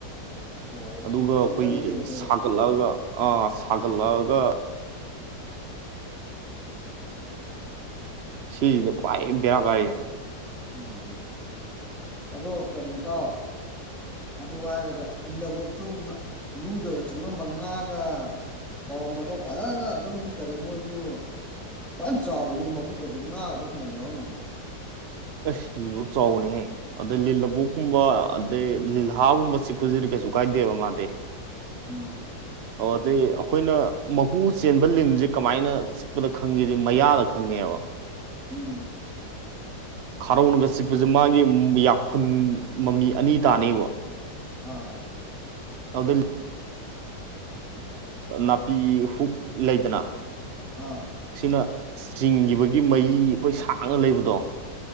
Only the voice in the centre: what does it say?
ꯑꯣ
ꯐꯝꯖꯤꯜꯂ
ꯂꯩꯈꯤꯗꯣꯏꯔꯥ
ꯎꯝ ꯑꯗꯣ ꯀꯔꯤ ꯇꯥꯎ ꯑꯗꯨ ꯍꯥꯏꯔꯒꯜ ꯂꯕꯣꯞꯁꯨ ꯂꯨꯗꯒ ꯆꯪꯉꯝꯕ ꯉꯥꯒ ꯇꯧꯔꯝꯕꯗꯣ ꯐꯖꯅ ꯑꯗꯨꯝ ꯀꯔꯤ ꯃꯣꯏꯁꯨ ꯐꯅ ꯆꯥꯎꯋꯅꯦ ꯃꯕꯨꯛꯀꯁꯦ ꯉꯥꯒꯗꯤ ꯐꯅꯌꯥꯝ ꯌꯥꯎꯔꯝꯃꯤꯅꯦ
ꯎꯝ
ꯎꯝ
ꯑꯥ
ꯑꯥ